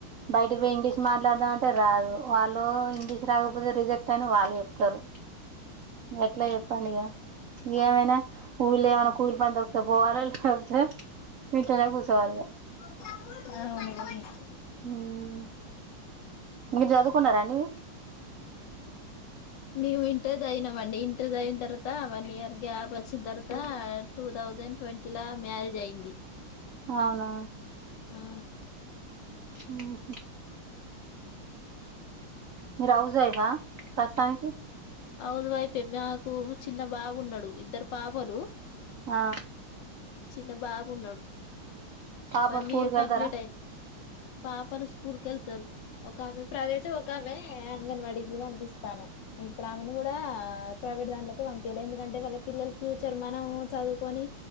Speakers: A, on the right; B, on the left.
A: బయటకి పోయి ఇంగ్లీష్ మాట్లాదామంటే రాదు వాల్లో ఇంగ్లీష్ రాకపోతే రిజెక్ట్ అని వాళ్ళు చెప్తారు ఎట్లా చె పండిగ ఏమైనా ఊళ్ళ ఏమైన్నా కూలి పని దొర సొ పోవర లేపుతే ఇంట్లనే కూసోవాలె ఇగ
B: ఆవునవును
A: ఉం మీరు చదువుకున్నారా అండి
B: మేము ఇంటర్ సయినం అండి ఇంటర్ అయిన తర్వాత వన్ ఇయర్ గ్యాప్ వచ్చిన తర్వాత టూ థౌజండ్ ట్వంటీ ల మ్యారేజ్ అయింది
A: అవునా
B: ఆ
A: ఊహూ మీరు హౌజేగా ప్రస్తుతానికి
B: హౌస్ వైఫే మాకు చిన్న బాబున్నాడు ఇద్దరు పాపలు
A: ఆ
B: చిన్న బాబు ఉన్నడు
A: పాప
B: వన్
A: స్కూల్కి
B: ఇయర్
A: వెళ్తారా
B: కంప్లీట్ అయింది పాపలు స్కూల్ కి వెళ్తారు ఒక ఆమె ప్రైవేటు ఒకామె అంగన్వాడీకి పంపిస్తాను. ఇప్పుడు ఆమెను కూడా ప్రైవేట్ దాంట్లోకి పంపియాలి ఎందుకంటే వాళ్ళ పిల్లలు ఫ్యూచర్ మనం చదువుకొని